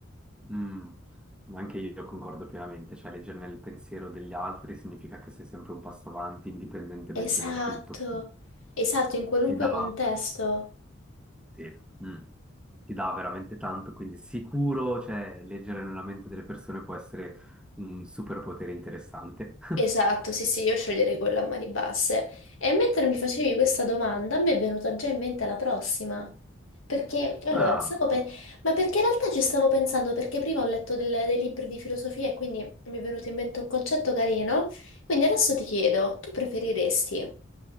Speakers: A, in the centre; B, on the left (about 80°).
A: Mm, Anche io concordo pienamente, cioè leggere nel pensiero degli altri significa che sei sempre un passo avanti indipendentemente
B: Esatto,
A: da tutto,
B: esatto, in qualunque
A: ti dà,
B: contesto.
A: Sì. Mm. Ti dà veramente tanto, quindi sicuro, cioè, leggere nella mente delle persone può essere un superpotere interessante. <laughs>
B: Esatto, sì, sì, io sceglierei quella a mani basse. E mentre mi facevi questa domanda, a me è venuta già in mente la prossima. Perché, allora,
A: Ah,
B: stavo pe- ma perché in realtà ci stavo pensando, perché prima ho letto del- dei libri di filosofia e quindi mi è venuto in mente un concetto carino. Quindi adesso ti chiedo, tu preferiresti